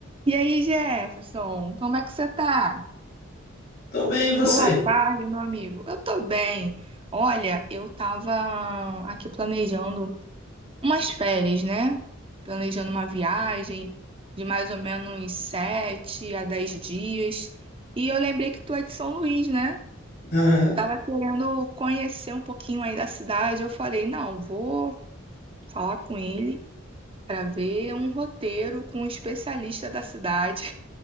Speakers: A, on the right; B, on the left.
A: E aí, Jefferson, como é que você tá?
B: Tô bem, e você?
A: Boa tarde, meu amigo. Eu tô bem. Olha, eu tava aqui planejando umas férias, né? Planejando uma viagem de mais ou menos sete a dez dias. E eu lembrei que tu é de São Luís, né?
B: Aham.
A: Tava querendo conhecer um pouquinho aí da cidade. Eu falei, não, vou falar com ele para ver um roteiro com um especialista da cidade.